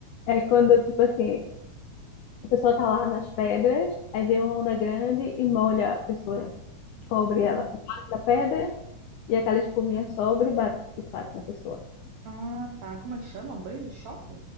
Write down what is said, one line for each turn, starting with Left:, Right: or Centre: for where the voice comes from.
Left: É quando, tipo assim, a pessoa tá lá nas pedras, aí vem uma onda grande e molha a pessoa, cobre
Right: Ah,
Left: ela, bate na pedra e aquela espuminha sobre e bate, e bate na pessoa.
Right: ah, tá. Como é que chama? Banho de choque?